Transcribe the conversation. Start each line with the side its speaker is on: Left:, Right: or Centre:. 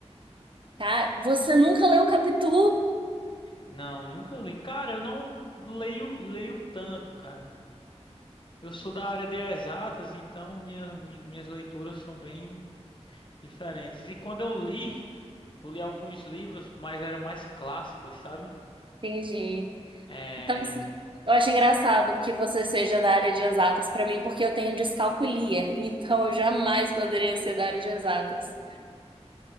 Right: tá? Você nunca leu Capitu?
Left: Não, nunca li. Cara, eu não leio, leio tanto, cara. Eu sou da área de exatas, então minha, minha- minhas leituras são bem diferentes. E quando eu li Eu li alguns livros, mas eram mais clássicos, sabe?
Right: Entendi.
Left: É...
Right: Então, assim, eu acho engraçado que você seja da área de exatas para mim, porque eu tenho descalculia, então eu jamais poderia ser da área de exatas.